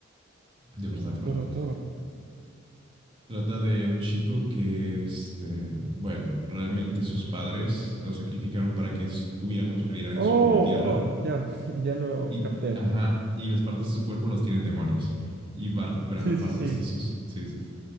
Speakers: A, on the right (about 25°); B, on the right (about 55°).
A: De verdad,
B: Oh,
A: de verdad.
B: Dorohedoro.
A: Trata de un chico que, este, bueno, realmente sus padres lo sacrificaron para que hubiera prosperidad en
B: Oh,
A: su tierra.
B: oh, ya, <laughs> ya lo
A: Y,
B: capté.
A: ajá, y las partes de su cuerpo las tienen demonios. Y va recuperando
B: Sí, sí,
A: partes
B: sí.
A: de sus... Sí, sí, sí.